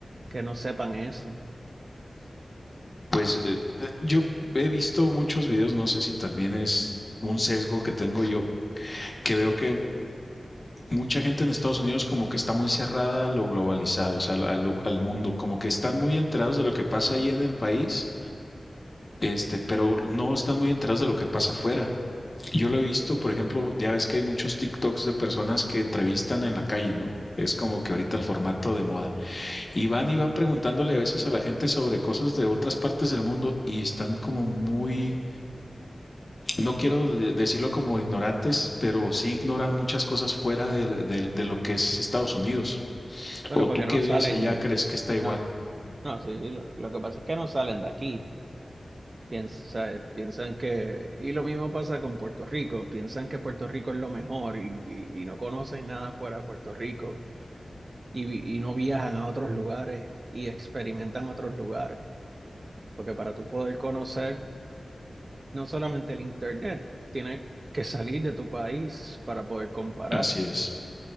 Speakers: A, on the right; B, on the left.
A: que no sepan eso.
B: Pues eh, ve- yo he visto muchos videos, no sé si también es un sesgo que tengo yo, que veo que mucha gente en Estados Unidos como que está muy cerrada a lo globalizado, o sea, al, al- al mundo, como que están muy enterados de lo que pasa ahí en el país, este, pero no están muy enterados de lo que pasa afuera. Yo lo he visto, por ejemplo, ya ves que hay muchos TikToks de personas que entrevistan en la calle, ¿no? Es como que ahorita el formato de moda. Y van y van preguntándole a veces a la gente sobre cosas de otras partes del mundo y están como muy No quiero de- decirlo como ignorantes, pero sí ignoran muchas cosas fuera del- del- de, de lo que es Estados Unidos.
A: Bueno,
B: O
A: porque
B: tú que
A: no
B: vives
A: salen,
B: allá crees que está igual.
A: no, no, sí, lo, lo que pasa es que no salen de aquí. Piensa, piensan que, y lo mismo pasa con Puerto Rico, piensan que Puerto Rico es lo mejor y, y- y no conocen nada fuera de Puerto Rico y, vi- y no viajan a otros lugares y experimentan otros lugares. Porque para tú poder conocer no solamente el Internet, tienes que salir de tu país para poder comparar.
B: Así es,